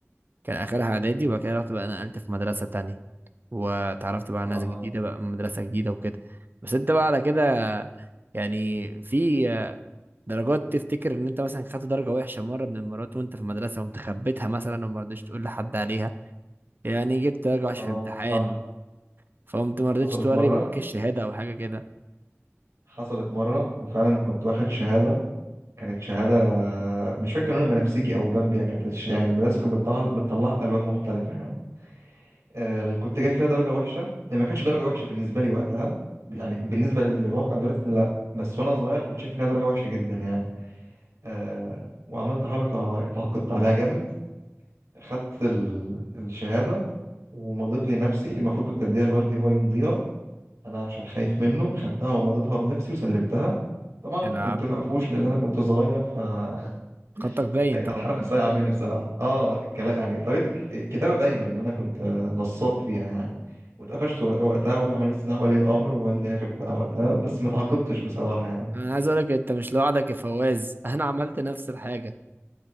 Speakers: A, on the right (about 45°); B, on the right (about 85°).
A: كان آخرها إعدادي وبعد كده رحت بقى نقلت في مدرسة تانية واتعرفت بقى
B: اه
A: على ناس جديدة بقى من مدرسة جديدة وكده بس انت بقى على كده يعني في درجات تفتكر ان انت مثلا خدت درجة وحشة مرة من المرات وانت في المدرسة وقمت خبيتها مثلا وما رضيتش تقول لحد عليها يعني جبت درجة وحشة
B: اه
A: في امتحان
B: صح
A: فقمت ما رضيتش
B: حصلت
A: توري
B: مره
A: باباك الشهادة او حاجة كده
B: حصلت مره وفعلا كنت واخد شهاده كانت شهاده مش فاكر كان لونها بنفسجي او بامبيا كانت الش- يعني المدرسه كانت بتطلع بتطلعها بالوان مختلفه يعني آه اللي كنت جاي فيها درجه وحشه يعني ما كانتش درجه وحشه بالنسبه لي وقتها يعني بالنسبه للواقع دلوقتي لا بس وانا صغير كنت شايف انها درجه وحشه جدا يعني آه وعملت حركة اتعاقدت عليها جامد خدت ال- الشهادة ومضيت لنفسي المفروض كنت أديها لوالدي هو يمضيها أنا عشان خايف منه خدتها ومضيتها بنفسي وسلمتها طبعا
A: تلعب
B: كنت مقفوش لأن أنا كنت صغير فكانت
A: خطك باين
B: <laughs>
A: طبعا
B: حركة صايعة مني بصراحة اه الكلا- يعني طريقة الك- الكتابة باينة إن أنا كنت نصاب فيها يعني واتقفشت وقتها واتعمل لي استدعاء ولي امر ووالدي عرف بقى وقتها بس ما تعاقبتش بصراحه يعني
A: انا عايز اقولك انت مش لوحدك يا فواز <laughs> انا عملت نفس الحاجة